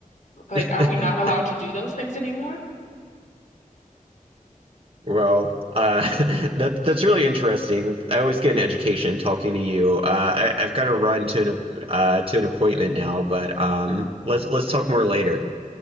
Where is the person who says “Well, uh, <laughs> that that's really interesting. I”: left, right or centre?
Right